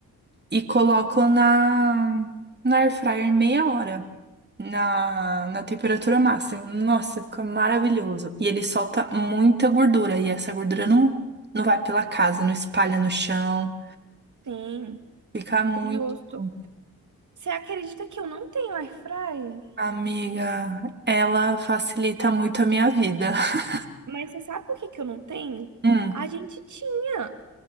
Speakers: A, on the right; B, on the right.
A: e coloco na, na air fryer meia hora, na, na temperatura máxima. Nossa, fica maravilhoso. E ele solta muita gordura, e essa gordura não, não vai pela casa, não espalha no chão.
B: sim,
A: Fica muito.
B: justo.
A: bom.
B: Você acredita que eu não tenho air fryer?
A: Amiga, ela facilita muito a minha vida. <laughs>
B: Mas você sabe por que que eu não tenho?
A: Hum,
B: A gente tinha,